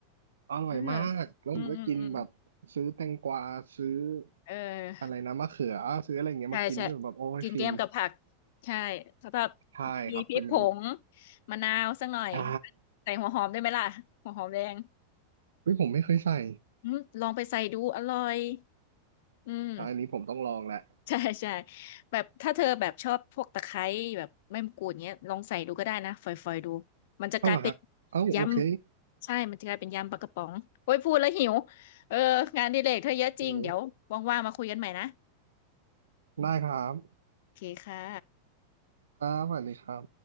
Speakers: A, on the right; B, on the left.
A: อร่อยมากแล้วผมก็กินแบบซื้อแตงกวาซื้อ
B: เอออืมอืมอืมเออ
A: อะไรนะมะเขือซื้ออะไรอย่างเงี้ยมากินด้วยแบบโอ้ยฟิน
B: ใช่ใช่กินแกล้มกับผักใช่แล้วก็
A: ใช่ครับเป็น
B: มีพริกผงมะนาวสักหน่อย
A: ใช่
B: ใส่หัวหอมได้ไหมล่ะหัวหอมแดง
A: เฮ้ยผมไม่เคยใส่
B: อืมลองไปใส่ดูอร่อยอืม
A: อะอันนี้ผมต้องลองแหละ
B: ใช่ใช่แบบถ้าเธอแบบชอบพวกตะไคร้แบบใบมะกรูดเงี้ยลองใส่ดูก็ได้นะฝอยๆดูมันจะกลายเป็น
A: เอ้าเหรอฮะเอ้าโอเค
B: ยำใช่มันจะกลายเป็นยำปลากระป๋องโอ้ยพูดแล้วหิวเอองานอดิเรกเธอเยอะจริงเดี๋ยว
A: โอ้
B: ว่างๆมาคุยกันใหม่นะ
A: ได้ครับ
B: โอเคค่ะ
A: ครับสวัสดีครับ